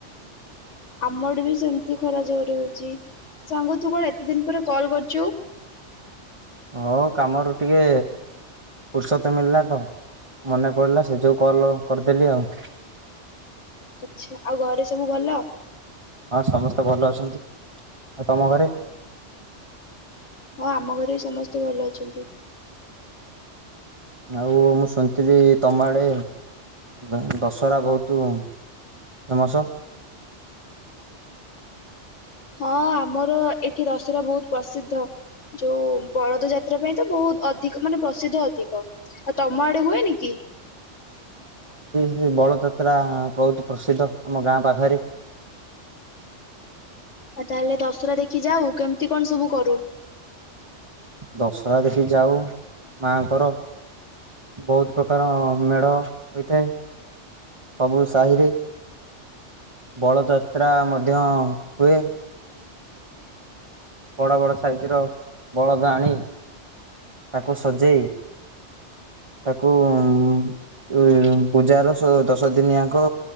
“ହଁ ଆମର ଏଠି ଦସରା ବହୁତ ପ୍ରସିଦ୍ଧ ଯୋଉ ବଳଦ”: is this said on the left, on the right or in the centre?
Left